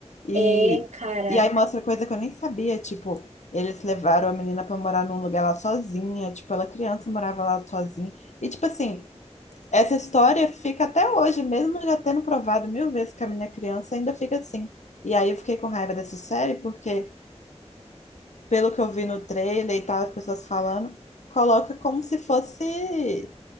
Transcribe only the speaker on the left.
E,
e aí mostra coisa que eu nem sabia, tipo, eles levaram a menina pra morar num lugar lá sozinha, tipo, ela criança morava lá sozinha. E tipo assim, essa história fica até hoje, mesmo já tendo provado mil vezes que a minha criança, ainda fica assim. E aí eu fiquei com raiva dessa série, porque, pelo que eu vi no trailer e tal, as pessoas falando, coloca como se fosse